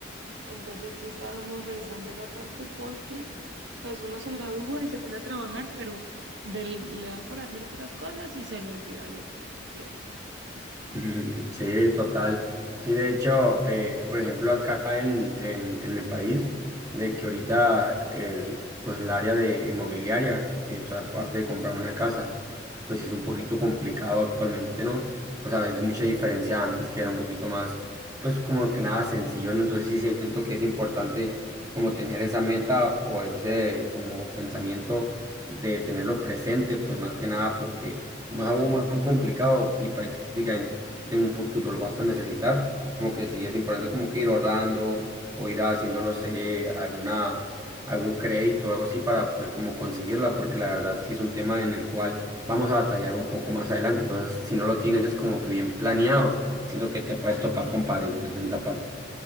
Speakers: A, on the right; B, on the right.
A: Entonces sí estábamos revisando esa parte porque pues uno se gradúa y se pone a trabajar, pero del- le da por hacer otras cosas y se le olvida de lo que uno quiere.
B: Ujú, Sí, total. Sí, de hecho, eh, por ejemplo, acá en, en, en mi país, de que ahorita el, pues el área de inmobiliaria, eh, o sea aparte de comprar una casa, pues sí es un poquito complicado actualmente, ¿no? O sea, es mucha diferencia antes que era un poquito más, pues como que nada sencillo, ¿no? Entonces sí siento que es importante como tener esa meta o ese como pensamiento de tenerlo presente, pues más que nada porque como es algo muy muy complicado y prácticamente en un futuro lo vas a necesitar, como que sí es importante como que ir ahorrando o ir haciendo, no sé, alguna, algún crédito o algo así para poder como conseguirla, porque la verdad sí es un tema en el cual vamos a batallar un poco más adelante. Entonces, si no lo tienes como que bien planeado, siento que te puedes
A: Sí,
B: topar con pared, pues, en esa parte.